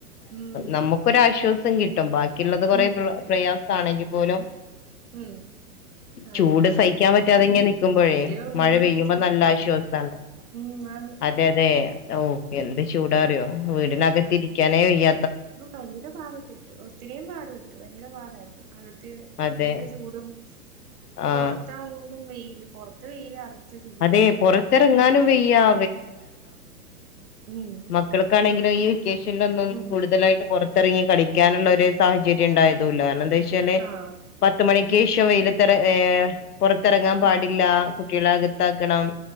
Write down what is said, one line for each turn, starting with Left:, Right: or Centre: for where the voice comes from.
Right: ഉം
Left: നമുക്കൊരാശ്വാസം കിട്ടും. ബാക്കിയുള്ളത് കൊറെ
Right: ഉം
Left: പ്രയാസ- ആണെങ്കിൽ പോലും.
Right: ഉം.
Left: ചൂട്
Right: അതെ
Left: സഹിക്കാൻ പറ്റാതെ ഇങ്ങനെ നൽക്കുമ്പോഴേ,
Right: മറ്റേ റൂമി
Left: മഴ പെയ്യുമ്പോ
Right: ഇരിക്കാൻ
Left: നല്ല
Right: പറ്റത്തില്ല
Left: ആശ്വാസാണ്.
Right: ഉം ആന്ന്
Left: അതെ അതെ. ഓ എന്ത് ചൂടാറിയോ? വീടിനകത്തിരിക്കാനേ വയ്യ.
Right: ഭയങ്കര പാട്പെട്ടു. ഒത്തിരിം പാട്പെട്ടു. ഭയങ്കര പാടായിരുന്നു. അകത്തെ
Left: അതെ
Right: ഭയങ്കര ചൂടും.
Left: ആഹ്
Right: പൊറത്തായാലും വെയില്. പൊറത്ത് വെയിലാണ്. ചൂട്
Left: അതെ പൊറത്തെറങ്ങാനും
Right: അങ്ങനെയായിരുന്നു
Left: വയ്യ
Right: ഉം
Left: മക്കൾക്കാണെങ്കിലൊ ഈ വെക്കേഷനിലൊന്നും
Right: ഉം.
Left: കൂടുതലായിട്ട്. പുറത്തിറങ്ങി കളിക്കാനുള്ള ഒരു സാഹചര്യം ഉണ്ടായതൂല്ല കാരണം എന്താ വെച്ചാല്.
Right: ആഹ്.
Left: പത്ത് മണിക്ക് ശേഷം വെയിലത്ത് ഏഹ് പുറത്തിറങ്ങാൻ പാടില്ല.
Right: ആഹ്.
Left: കുട്ടികളെ അകത്താക്കണം